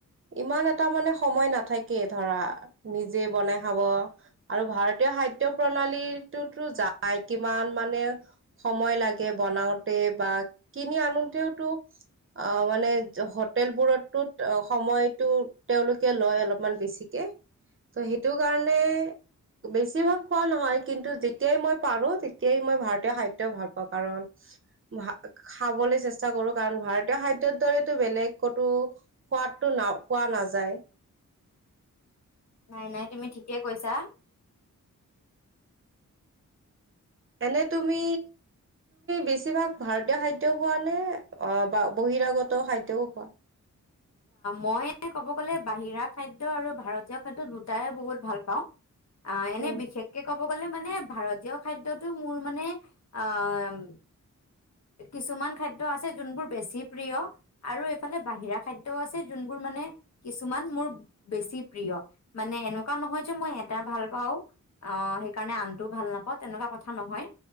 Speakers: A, on the right (about 40°); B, on the left (about 55°).
A: ইমান এটা মানে সময় নাথাকে ধৰা নিজে বনাই খাৱ আৰু ভাৰতীয় খাদ্য প্ৰণালীটোতো যায় কিমান মানে সময় লাগে বনাওঁতে বা কিনি আনোতেওটো আ মানে হটেল বোৰতটো সময়টো তেওঁলোকে লয় অলপমান বেছিকে ত' হেটো কাৰণে বেছিভাগ খোৱা নহয় কিন্তু যেতিয়াই মই পাৰো তেতিয়াই মই ভাৰতীয় খাদ্য ভাল পাওঁ কাৰণ ভা-খাবলৈ চেষ্টা কৰো কাৰণ ভাৰতীয় খাদ্যৰ দৰেতো বেলেগ কতো সোৱাদটো ন পোৱা নাযায়।
B: নাই, নাই। তুমি ঠিকে কৈছা।
A: এনে, তুমি বেছিভাগ ভাৰতীয় খাদ্য খোৱা নে বহিৰাগত খাদ্যও খোৱা?
B: মই ক'ব গ'লে, বাহিৰা খাদ্য আৰু ভাৰতীয় খাদ্য দুয়োটাই বহুত ভাল পাওঁ। আ, এনে
A: উম।
B: বিশেষকে ক'ব ক'ব গ'লে, মানে, ভাৰতীয় খাদ্যতটো মোৰ, মানে, আম কিছুমান খাদ্য আছে, যোনবোৰ বেছি প্ৰিয়। আৰু এইফালে বাহিৰা খাদ্যও আছে, যোনবোৰ, মানে, কিছুমান মোৰ বেছি প্ৰিয়। মানে, এনেকুৱা নহয় যে মই এটা ভাল পাওঁ, অ'। সেইকাৰণে আনটো ভাল নাপাওঁ, তেনেকুৱা কথা নহয়।